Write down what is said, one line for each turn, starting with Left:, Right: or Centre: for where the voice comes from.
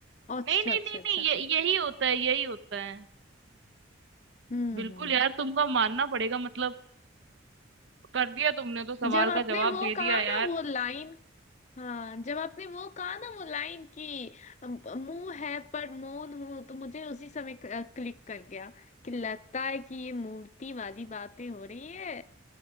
Left: अच्छा
Right: नहीं नहीं
Left: अच्छा
Right: नहीं
Left: अच्छा
Right: नहीं ये यही होता है यही होता है
Left: हम्म
Right: बिल्कुल
Left: हम्म
Right: यार तुमको मानना पड़ेगा मतलब कर दिया तुमने तो सवाल
Left: जब आपने
Right: का जवाब
Left: वो
Right: दे दिया
Left: कहा
Right: यार
Left: ना वो लाइन हाँ जब आपने वो कहा ना वो लाइन की मुंह है पर मौन हूँ तो मुझे उसी समय क्लिक कर गया कि लगता है कि ये मूर्ति वाली बातें हो रही है